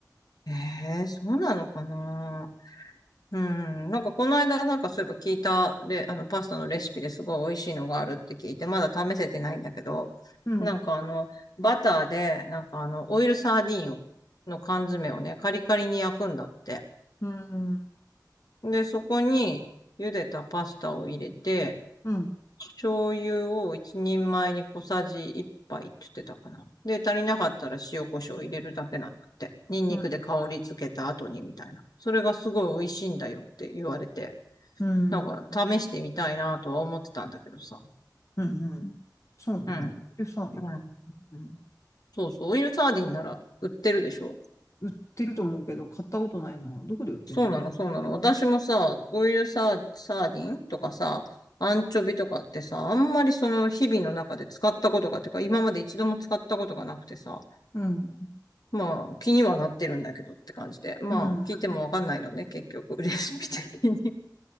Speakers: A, on the left; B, on the left.
A: えー、そうなのかなうん。なんかこの間なんかそういえば聞いたレ、あのパスタのレシピですごい美味しいのがあるって聞いて、まだ試せてないんだけど、
B: うん、
A: なんかあの、バターで、なんかあの、オイルサーディンを、の缶詰をね、カリカリに焼くんだって。
B: うん、うん、
A: で、そこに茹でたパスタを入れて、
B: うん、
A: 醤油を一人前に小さじ一杯って言ってたかな。で、足りなかったら塩コショウ入れるだけなんだって。ニンニクで香り付けた後にみたいな。
B: うん、
A: それがすごい美味しいんだよって言われて。
B: うん。
A: なんか、試してみたいなとは思ってたんだけどさ。
B: うんうん。そうね。
A: うん。
B: オイルサーディンか。
A: うん。
B: うん。
A: そうそう。オイルサーディンなら売ってるでしょ。
B: 売ってると思うけど、買ったことないな。どこで売ってんのかな。
A: そうなの、そうなの。私もさ、
B: うん。
A: オイルサー、サーディンとかさ、アンチョビとかってさ、あんまりその日々の中で使ったことが、てか今まで一度も使ったことがなくてさ、
B: うん。
A: まあ気にはなってるんだけどって感じで、まあ聞いてもわかんないのね、
B: うん。うん
A: 結局、<laughs> レシピ的に。<laughs>